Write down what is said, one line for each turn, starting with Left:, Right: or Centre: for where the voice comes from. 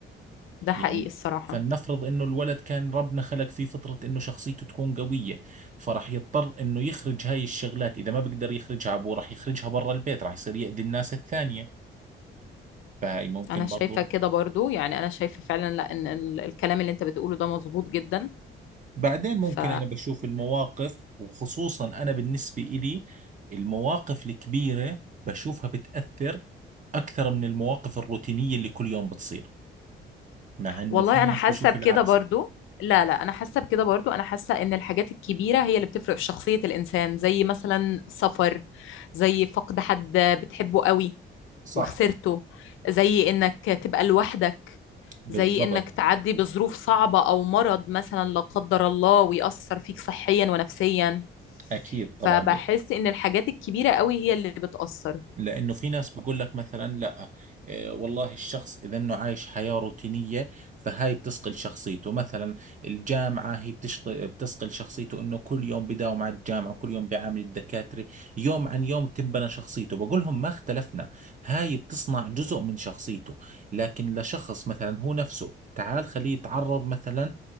Left: ده حقيقي
Right: يعني
Left: الصراحة
Right: فلنفرض انه الولد كان ربنا خلق فيه فطرة انه شخصيته تكون قوية فراح يضطر انه يخرج هاي الشغلات اذا ما بقدر يخرجها ابوه راح يخرجها برا البيت راح يصير يأذي الناس الثانية فهاي ممكن
Left: انا شايفة
Right: برضو
Left: كده برضو يعني انا شايفة فعلا لا ان ال- الكلام اللي انت بتقوله ده مظبوط جدا
Right: بعدين ممكن
Left: ف
Right: أنا بشوف المواقف وخصوصا أنا بالنسبة إلي المواقف الكبيرة بشوفها بتأثر أكثر من المواقف الروتينية اللي كل يوم بتصير مع إنه
Left: والله
Right: في ناس
Left: انا حاسة
Right: بشوف
Left: بكده
Right: العكس
Left: برضو لا لا انا حاسة بكده برضو انا حاسة ان الحاجات الكبيرة هي اللي بتفرق في شخصية الانسان زي مثلا سفر زي فقد حد بتحبه قوي
Right: صح
Left: وخسرته زي انك تبقى لوحدك
Right: بالضبط
Left: زي انك تعدي بظروف صعبة او مرض مثلا لا قدر الله ويأثر فيك صحيا ونفسيا
Right: أكيد
Left: فبحس
Right: طبعا
Left: ان الحاجات الكبيرة قوي هي اللي بتأثر
Right: لانه في ناس بقول لك مثلا لا آه، والله الشخص اذا انه عايش حياة روتينية فهاي بتثقل شخصيته مثلا الجامعة هي بتشغل بتثقل شخصيته انه كل يوم بداوم على الجامعة كل يوم بيعامل الدكاترة يوم عن يوم تنبنى شخصيته بقول لهم ما اختلفنا هاي بتصنع جزء من شخصيته لكن لشخص مثلا هو نفسه تعال خليه يتعرض مثلا